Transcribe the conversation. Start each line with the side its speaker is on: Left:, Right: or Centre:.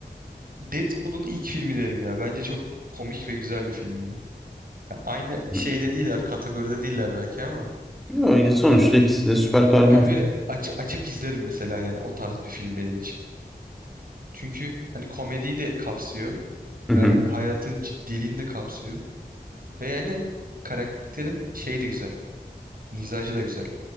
Right: Deadpool'un ilk filmi derim ya. Bence çok komik ve güzel bir filmdi. Ya aynı şeyde
Centre: Hı.
Right: değiller, kategoride değiller belki ama.
Centre: Yo, sonuçta ikisi de süper kahraman.
Right: Hani
Centre: film.
Right: böyle aç- açıp izlerim mesela yani o tarz bir film benim için. Çünkü hani komediyi de kapsıyor.
Centre: Hı
Right: Ya
Centre: hı.
Right: hayatın ciddiliğini de kapsıyor. Ve yani karakterin şeyi de güzel. Mizacı da güzel.